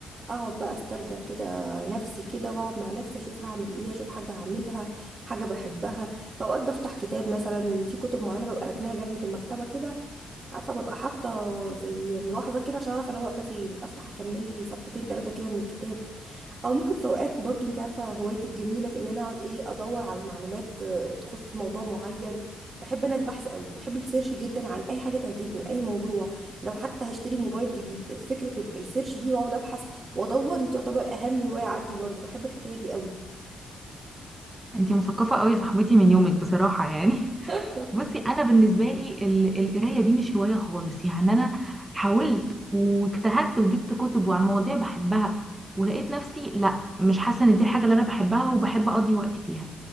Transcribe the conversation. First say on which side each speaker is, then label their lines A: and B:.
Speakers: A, on the right (about 40°); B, on the right (about 20°).
A: اقعد بقى استرجع كده نفسي كده واقعد مع نفسي اشوف هعمل ايه اشوف حاجه هعملها حاجه بحبها فاوقات بفتح كتاب مثلا في كتب معينه ببقى راكناها جنبي في المكتبه كده عارفه ببقى حاطه زي ملاحظه كده عشان اعرف انا واقفه فين افتح اكمل لي صفحتين ثلاثه كده من الكتاب او ممكن في اوقات برضو انت عارفه هوايتي الجميله في ان انا اقعد ايه ادور على معلومات آه، تخص موضوع معين بحب انا البحث قوي بحب السيرش جدا عن اي حاجه تعجبني اي موضوع لو حتى هشتري موبايل جديد فكره ال- السيرش دي واقعد ابحث وادور دي تعتبر اهم هوايه عندي برضو بحب الحكايه دي قوي
B: انتي مثقفه قوي يا صاحبتي من يومك بصراحه يعني
A: <laughs>
B: <laughs> بصي انا بالنسبه لي ال- القرايه دي مش هوايه خالص يعني انا حاولت واجتهدت وجبت كتب وعن مواضيع بحبها ولقيت نفسي لا مش حاسه ان دي حاجه اللي انا بحبها وبحب اقضي وقت فيها